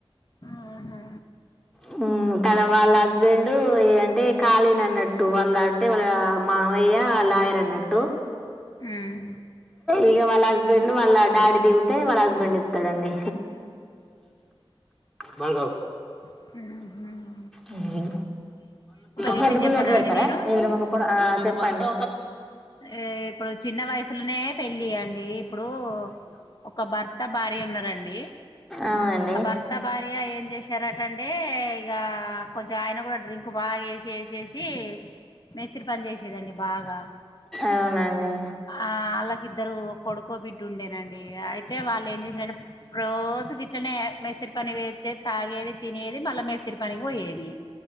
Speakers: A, on the left; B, in the centre.
A: ఆహా
B: హు కదా వాళ్ళ హస్బెండ్ ఏ అంటే ఖాళీని అన్నట్టు వాళ్ళ అంటే వాళ్ళ మా మామయ్య లయరన్నట్టు
A: ఉమ్
B: ఇగ వల్ల హుస్బేండ్ రెండు వల్ల డాడీ దిగుతే హస్బెండ్ హస్బెండ్ ఎక్కుతారండీ మార్గ
A: ఆ
B: ఇ
A: విషయం
B: పలుపుడు
A: చెప్పనా
B: నోట్లు పెడతారా
A: అండి నేను
B: నిద్ర ఒక పొడ ఆ చెప్పండి
A: ఏ ఇప్పుడు చిన్న వయసులోనే పెళ్ళి అయంది ఇప్పుడు ఒక భర్త బ భార్య ఉన్నారండి
B: అవునండి
A: ఆ భర్త భార్య ఏం చేశార ఎంటే ఇగా కొంచెం ఆయన కూడా డ్రింక్ బాగా వేసి వేసేసి మిస్త్రి పని చేసేదండి బాగా
B: అవునండి
A: ఆ వాళ్ళకిద్దరు కొడుకో బిడ్డు ఉండేనండి అయితే వాళ్ళు ఏం చేసిన రోజ రోజు గట్నే మేస్స్రి పని వేసేది తాగేది తినేది మళ్ళా మేస్తరి పని కి పోయేది